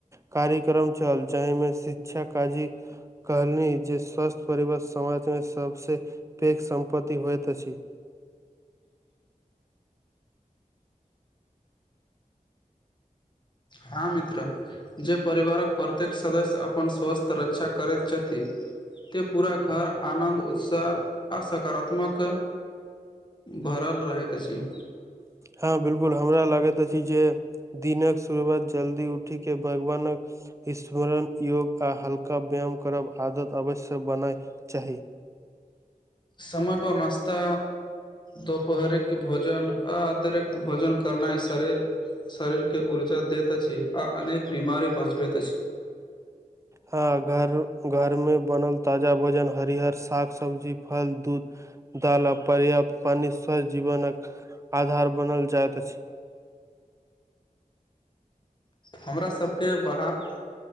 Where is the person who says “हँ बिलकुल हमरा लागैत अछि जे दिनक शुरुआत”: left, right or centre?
Right